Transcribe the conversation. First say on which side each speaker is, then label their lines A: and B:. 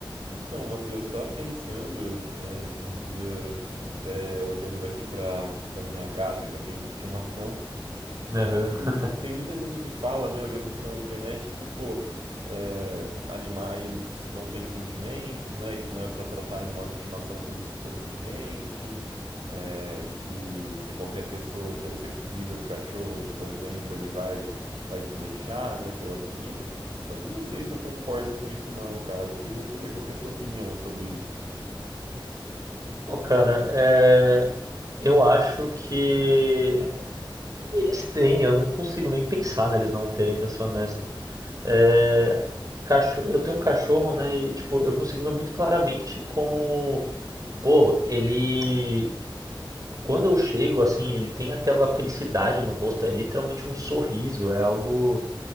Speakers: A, on the right; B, on the right.
A: Então, Matheus, estava pensando, né, esses dias, até olhando aqui para para minha gata que eu tenho de estimação. Será
B: Aham.
A: que
B: <laughs>
A: tem muita gente que fala, né? Eu vi essa discussão na internet que, pô, é, animais não têm sentimentos, né? Que não é pra tratar animal de estimação como se fosse gente, é, que se qualquer pessoa oferecer comida pro cachorro, por exemplo, ele vai vai te deixar, né? Pela comida. Só que eu não sei se eu concordo com isso não, cara. Eu queria saber qual que é a sua opinião sobre isso.
B: Pô, cara, é... eu acho que eles têm, eu não consigo nem pensar neles não terem, pra ser honesto. É... Cachorro... Eu tenho um cachorro, né, e tipo, eu consigo ver muito claramente como, pô, ele... Quando eu chego, assim, ele tem aquela felicidade no rosto, é literalmente um sorriso, é algo